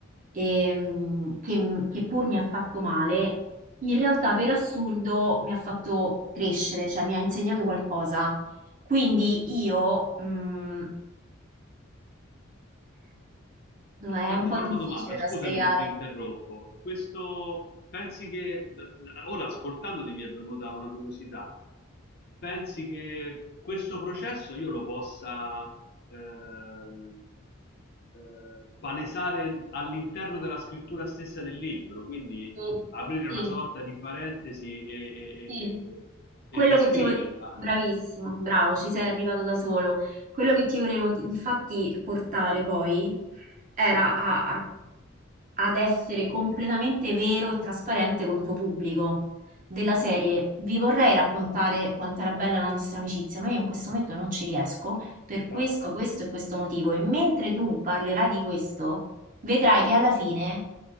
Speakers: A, on the right; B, on the left.
A: ehm, che, mm, che pur mi ha fatto male, in realtà per assurdo mi ha fatto crescere, cioè mi ha insegnato qualcosa. Quindi io... mh, No, è
B: Fatti
A: un po'
B: fare
A: difficile
B: una domanda, scusami
A: da spiegare.
B: se ti interrompo. Questo, pensi che, ora ascoltandoti mi è venuta una curiosità, pensi che questo processo io lo possa ehm, eh, palesare all'interno della scrittura stessa del libro, quindi
A: Mm.
B: aprire
A: Sì,
B: una sorta di parentesi e, e-
A: sì,
B: e- e- e
A: quello
B: descriverla?
A: che ti volevo... Bravissimo, bravo, ci sei arrivato da solo. Quello che ti volevo di- infatti portare poi era a, a ad essere completamente vero e trasparente col tuo pubblico della serie. Vi vorrei raccontare quanto era bella la nostra amicizia, ma io in questo momento non ci riesco per questo,
B: Esatto.
A: questo e questo motivo. E mentre tu parlerai di questo, vedrai che alla fine